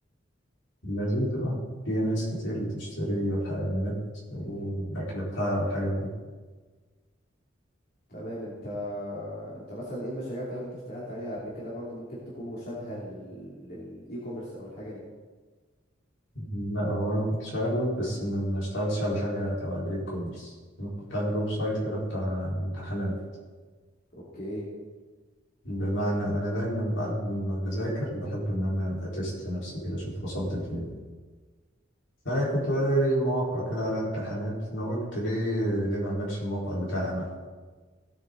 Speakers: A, on the left; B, on the left.
A: لذيذ اه في ناس كتير بتشتري حيوانات والأكل بتاعها والحاجات دي
B: تمام انت انت مثلا ايه المشاريع طيب اللي انت اشتغلت عليها قبل كده برضو ممكن تكون مشابهة لل... للاي كوميرس او الحاجة دي
A: لا هو أنا كنت شغال ويب بس ما ما اشتغلتش على حاجة تبع الإي كوميرس أنا كنت عامل ويب سايت كده بتاع امتحانات
B: اوكي
A: بمعنى أنا دايما بعد ما بذاكر بحب إن أنا أتست نفسي كده أشوف وصلت لفين أنا كنت بلاقي مواقع كده على امتحانات فأنا قلت ليه ليه ما أعملش الموقع بتاعنا